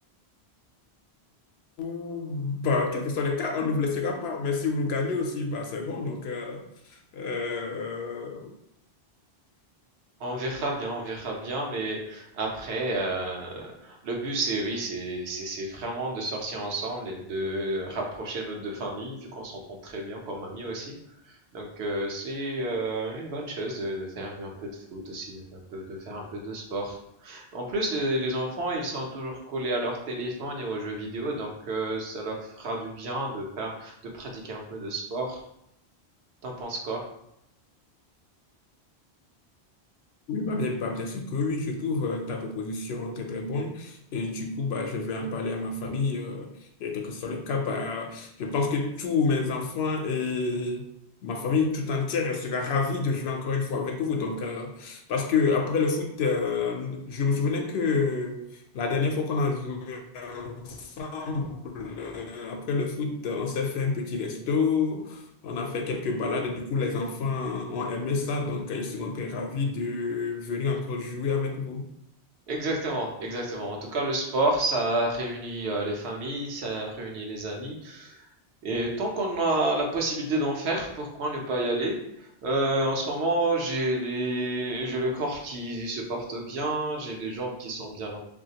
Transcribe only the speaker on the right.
On verra bien, on verra bien, mais après, euh, le but c'est oui, c'est c'est c'est vraiment de sortir ensemble et de rapprocher nos deux familles, vu qu'on s'entend très bien comme amis aussi. Donc euh, c'est euh, une bonne chose de, de faire un peu de foot aussi, un peu de faire un peu de sport. En plus, les, les enfants, ils sont toujours collés à leur téléphone et aux jeux vidéo, donc euh, ça leur fera du bien de faire de pratiquer un peu de sport. T'en penses quoi?
Exactement, exactement. En tout cas, le sport, ça réunit euh, les familles, ça réunit les amis. Et tant qu'on a la possibilité d'en faire, pourquoi ne pas y aller? Euh, en ce moment, j'ai les... j'ai le corps qui se porte bien, j'ai les jambes qui sont bien,